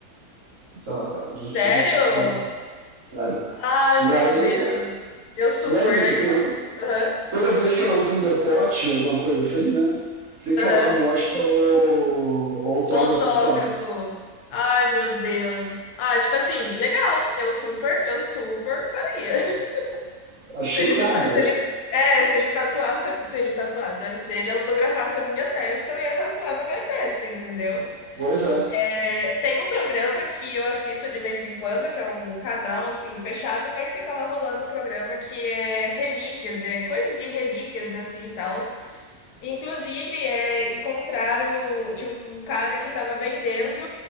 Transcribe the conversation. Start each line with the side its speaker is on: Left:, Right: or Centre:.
Right: da. da
Left: Sério?
Right: sério.
Left: Ai,
Right: E aí.
Left: meu Deus. Eu super.
Right: E é isso. Toda,
Left: eu- não. Aham,
Right: toda vez
Left: pode
Right: que
Left: falar.
Right: ela usa um decote, alguma coisa assim, né? Fica
Left: Aham.
Right: lá, mostra o, o autógrafo
Left: O autógrafo.
Right: tatuado.
Left: Ai, meu Deus. ah tipo assim, legal. Eu super, eu super faria. <laughs>
Right: Achei
Left: Se ele
Right: irado.
Left: me, ta- se
Right: né?
Left: ele, é, se ele tatuasse, se ele tatuasse, olha, se ele autografasse a minha testa, eu ia tatuar na minha testa, entendeu?
Right: Pois é.
Left: É, tem um programa que eu assisto de vez em quando, que é um canal assim fechado, mas fica lá rolando o programa que é relíquias, é coisas de relíquias e assim e tal. Inclusive, é, encontraram, tinha um cara que estava vendendo